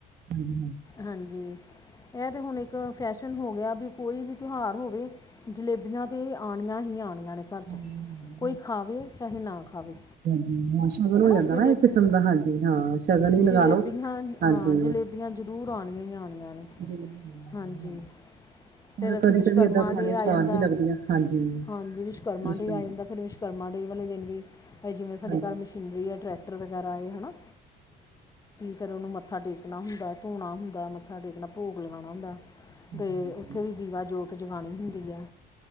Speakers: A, on the right; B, on the left.
A: ਹਾਂਜੀ ਹਾਂਜੀ
B: ਹਾਂਜੀ ਇਹ ਤਾਂ ਹੁਣ ਇੱਕ ਫੈਸ਼ਨ ਹੋ ਗਿਆ ਵੀ ਕੋਈ ਵੀ ਤਿਉਹਾਰ ਹੋਵੇ। ਜਲੇਬੀਆਂ ਤੇ ਆਉਣੀਆਂ ਹੀ ਆਉਣੀਆਂ ਨੇ ਘਰ 'ਚ,
A: ਹਾਂਜੀ ਹਾਂਜੀ ਹਾਂਜੀ
B: ਕੋਈ ਖਾਵੇ ਚਾਹੇ ਨਾ ਖਾਵੇ।
A: ਹਮ ਸ਼ਗਨ ਹੋ
B: ਹਨਾ
A: ਜਾਂਦਾ
B: ਜਲੇਬੀ
A: ਨਾ ਇੱਕ ਕਿਸਮ ਦਾ ਹਾਂਜੀ ਹਾਂ ਸ਼ਗਨ ਹੀ ਲਗਾ
B: ਜਲੇਬੀਆਂ
A: ਲੋੋ ਹਾਂਜੀ।
B: ਹਾਂ ਜਲੇਬੀਆਂ ਜ਼ਰੂਰ ਆਉਣੀਆਂ ਹੀ ਆਉਣੀਆਂ ਨੇ,
A: ਜ਼ਰੂਰ, ਹਾਂ,
B: ਹਾਂਜੀ।
A: ਪਰ
B: ਫੇਰ ਅਸੀਂ
A: ਕਦੀ
B: ਵਿਸ਼ਕਰਮਾ
A: ਕਦੀ ਏਦਾਂ ਖਾਣੇ
B: ਡੇਅ ਆ
A: ਸਵਾਦ
B: ਜਾਂਦਾ,
A: ਵੀ ਲੱਗਦੀਆਂ ਹਾਂਜੀ
B: ਹਾਂਜੀ ਵਿਸ਼। ਵਿਸ਼ਕਰਮਾ
A: ਮੁਸ਼ਕਿਲ
B: ਡੇਅ ਆ ਜਾਂਦਾ, ਫਿਰ ਵਿਸ਼ਕਰਮਾ ਡੇਅ ਵਾਲੇ ਦਿਨ ਵੀ ਜਿਵੇਂ ਸਾਡੇ
A: ਹਾਂਜੀ
B: ਘਰ ਵਿਸ਼। ਹੁੰਦੀ ਟੈਕਟਰ ਵਗੈਰਾ ਏ ਹਵਾ। ਫਿਰ ਉਹਨੂੰ ਮੱਥਾ ਟੇਕਣਾ ਹੁੰਦਾ, ਧੋਣਾ ਹੁੰਦਾ ਹੈ ਉਹਨੂੰ ਮੱਥਾ ਟੇਕਣਾ, ਭੋਗ ਲਗਾਉਣਾ ਹੁੰਦਾ
A: ਹਾਂਜੀ
B: ਤੇ
A: ਹਾਂਜੀ
B: ਉੱਥੇ ਵੀ ਦੀਵਾ ਜੋਤ। ਜਗਾਉਣੀ ਹੁੰਦੀ ਹੈ,